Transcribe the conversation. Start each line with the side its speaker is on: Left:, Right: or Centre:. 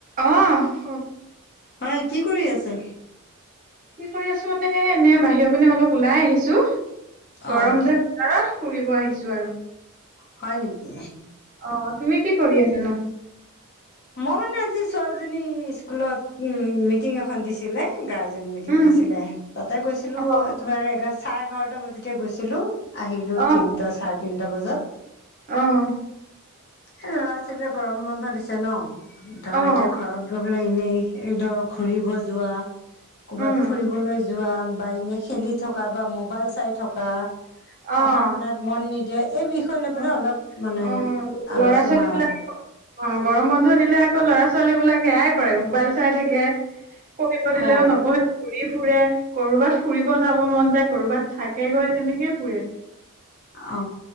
Right: অ', কওক।
Left: হয় কি কৰি আছে।
Right: কি কৰি আছো মানে এ এনে বাহিৰৰ পিনে অলপ ওলাই আহিছো
Left: অ'।
Right: গৰম যে। <unintelligible> ফুৰিব আহিছো আৰু।
Left: হয় নেকি।
Right: অ', তুমি কি কৰি আছা নু?
Left: মই মানে আজি ছোৱালীজনী ইস্কুলত উম মিটিং এখন দিছিলে গাৰ্জেন জেন মিটিং
Right: উম,
Left: দিছিলে তাতে গৈছিলো
Right: অ',
Left: তোমাৰ এঘাৰ, চাৰে এঘাৰটা বাজাতে গৈছিলো আহিলো
Right: অ',
Left: তিনটা চাৰে তিনটা বজাত।
Right: অ'।
Left: এই ল'ৰা-ছোৱালীবিলাক গৰম বন্ধ দিছে ন ধৰ
Right: অ',
Left: এতিয়া ঘৰত গ এনে ধৰ ঘুৰিব যোৱা কৰ'বাত
Right: উম,
Left: ফুৰিবলৈ য যোৱা বা এনে খেলি থকা বা ম'বাইল চাই থকা
Right: অ',
Left: পঢ়া শুনাত মন নিদিয়া এই বিষয় লৈ পেলায়
Right: অ',
Left: অলপ মানে
Right: অ',
Left: আলোচনা।
Right: ল'ৰা ছোৱালী বিলাক অ' গৰম বন্ধ দিলে আকৌ ল'ৰা-ছোৱালী বিলাক সেয়াই কৰে মোবাইল চাই থাকে পঢ়িব দিলেও
Left: অ'।
Right: নপঢ়ে। ঘুৰি ফুৰে, কৰবাত ফুৰিব যাব মন যায় কৰবাত থাকেগৈ তেনেকে ফুৰে।
Left: অ অ।